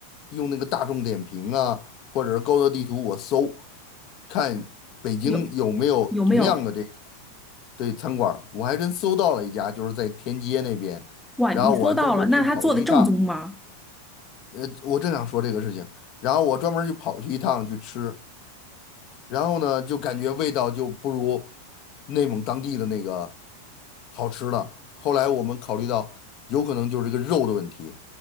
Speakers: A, on the left; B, in the centre.
A: 用那个大众点评啊，或者是高德地图，我搜看北京有没有同样的这个
B: 有有没有？
A: 对餐馆儿我还真搜到了一家，就是在天街那边，
B: 哇，
A: 然后我还专门儿去跑去一趟。
B: 你搜到了，那他做的正宗吗？
A: 呃，我正想说这个事情，然后我专门就跑去一趟去吃，然后呢，就感觉味道就不如内蒙当地的那个好吃了。后来我们考虑到，有可能就是这个肉的问题，